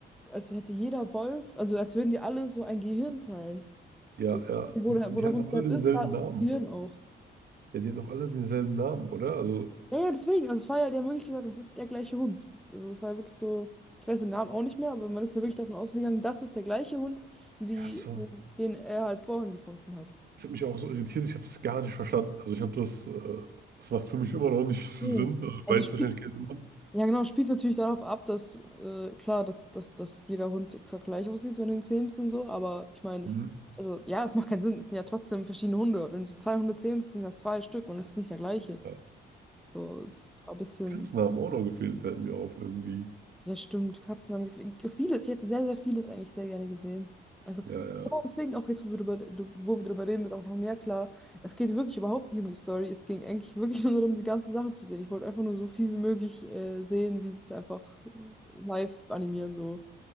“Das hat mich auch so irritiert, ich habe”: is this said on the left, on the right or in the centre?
Right